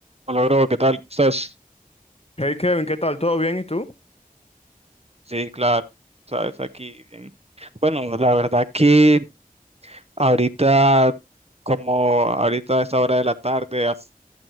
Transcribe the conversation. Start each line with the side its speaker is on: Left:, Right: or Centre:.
Right: Hola, bro, ¿qué tal? ¿Cómo estás?
Left: Hey Kevin, ¿qué tal? ¿Todo bien? ¿Y tú?
Right: Sí, claro, sabes, aquí bien. Bueno, la verdad que ahorita, como ahorita a esta hora de la tarde, as-